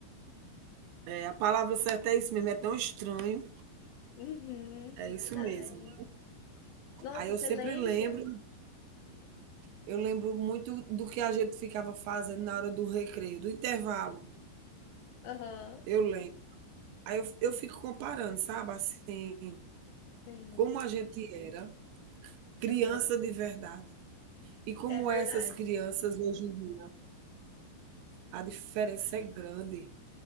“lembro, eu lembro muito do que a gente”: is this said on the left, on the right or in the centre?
Right